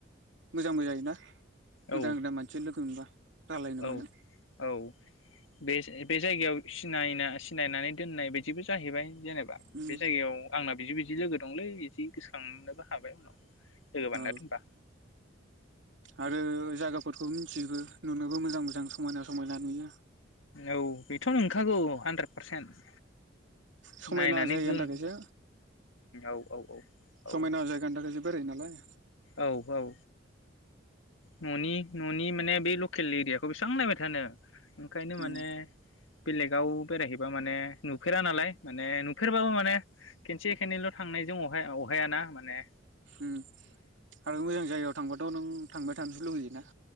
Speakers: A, on the right (about 70°); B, on the left (about 80°).
A: मोजां मोजांङै ना गोदान
B: औ
A: गोदान मानसिफोर लोगो मोनबा, रायलायनो
B: औ
A: मानो
B: औ बे बे जायगायाव सिनायना सिनायनानै दोननाय बिदिबो जाहैबाय, जेनेबा
A: उम
B: बे जायगायाव आंना बिदि बिदि लोगो दंलै बिदि गोसोखांनोबो हाबाय उनाव, लोगो बानायना
A: औ
B: दोनबा
A: आरो जायगाफोरखौ सिबो नुनोबो मोजां मोजां समायना समायना नुयो,
B: औ बेथ' नंगौ मोनांगौ हान्द्रेद पारसेन्ट
A: समायना
B: नायनानै
A: जायगानि
B: गो
A: थाखायसो
B: औ औ औ
A: समायना
B: औ
A: जायगानि थाखायसो बेरायो नालाय
B: औ औ न'नि न'नि माने बे लकेल एरियाखौ बेसेबां नायबाय थानो, ओंखायनो
A: उम
B: माने बेलेग गाव बेरायहैबा माने नुफेरा नालाय माने नुफेरबाबो माने खिनसे, खेनैल' थांनायजों अहाया अहायाना मान ने
A: ओम आरो मोजां जायगायाव थांबाथ' नों थांबाय थानोसो लुुगैयो ना?